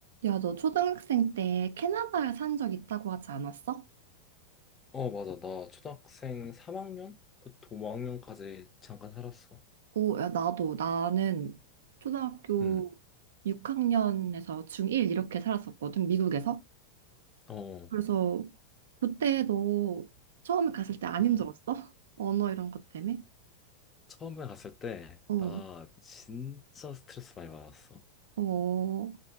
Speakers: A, on the right; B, on the left.
A: 야, 너 초등학생 때 캐나다 산 적 있다고 하지 않았어?
B: 어, 맞아. 나 초등학생 3학년부터 5학년까지 잠깐 살았어.
A: 오, 야, 나도. 나는 초등학교
B: 음,
A: 6학년에서 중1 이렇게 살았었거든, 미국에서.
B: 어,
A: 그래서 그때 너 처음에 갔을 때 안
B: 음.
A: 힘들었어? <laughs> 언어 이런 것 때문에?
B: 처음에 갔을 때,
A: 어,
B: 나 진짜 스트레스 많이 받았어.
A: 어,